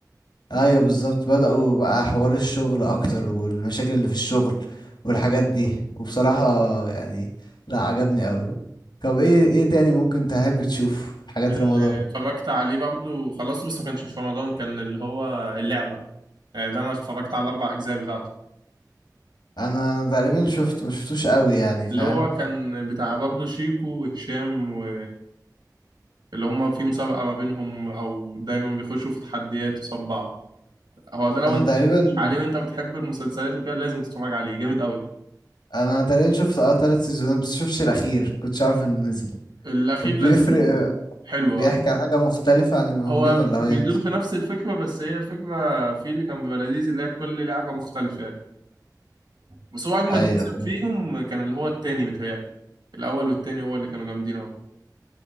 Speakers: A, on the left (about 85°); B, on the right (about 85°).
A: ايوه بالظبط بدأوا بقى حوار الشغل اكتر والمشاكل اللي في الشغل والحاجات دي وبصراحة يعني لا عجبني قوي طب ايه ايه تاني ممكن تحب تشوف حاجات
B: اللي
A: رمضان
B: اتفرجت عليه برضه خلاص بس ما كانش في رمضان كان اللي هو اللعبة يعني ده انا اتفرجت على الاربع اجزاء بتاعته
A: انا تقريبا شفت ما شفتوش قوي يعني فاهم
B: اللي هو كان بتاع برضه شيكو وهشام و اللي هما في مسابقة ما بينهم أو دايما بيخشوا في تحديات وصف بعض هو ده لو
A: انا
B: أنت
A: تقريبا
B: ما اتفرجتش عليه وأنت بتحب المسلسلات وكده لازم تتفرج عليه جامد أوي
A: انا تقريبا شفت اه ثلاث سيزونات بس شفتش الاخير كنتش عارف انه نزل
B: الأخير
A: وبيفرق
B: لذيذ حلو
A: بيحكي
B: آه.
A: عن حاجة مختلفة عن اللي موجودين
B: هو
A: ولا
B: بيدور
A: هو ينزل
B: في نفس الفكرة بس هي الفكرة في اللي كان بيبقى لذيذ اللي هي كل لعبة مختلفة يعني بس هو أجمد
A: ايوه
B: موسم
A: ايوه
B: فيهم كان اللي هو التاني متهيألي الأول والتاني هو اللي كانوا جامدين أوي